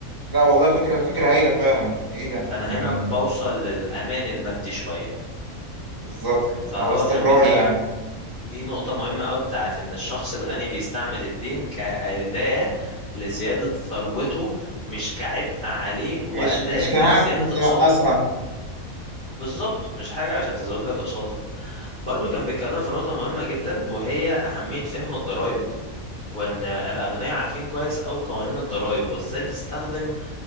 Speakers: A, on the right; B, on the left.
A: لا والله فكرة فكرة هايلة فعلا ايه ده
B: فأنا
A: يعني
B: هنا بوصل للأمان المادي شوية
A: بالظبط
B: فهو
A: او الاستقرار
B: كان بيتكلم
A: يعني
B: دي نقطة مهمة قوي بتاعت إن الشخص الغني بيستعمل الدين كأداة لزيادة ثروته مش كعبء عليه وأداة
A: مش مش كهات
B: لزيادة أقساطه
A: تنقصها
B: بالظبط مش حاجة عشان تزود لك أقساطك برضو كان بيتكلم في نقطة مهمة جدا وهي أهمية فهم الضرائب وإن الأغنياء عارفين كويس أوي قوانين الضرائب وإزاي تستخدم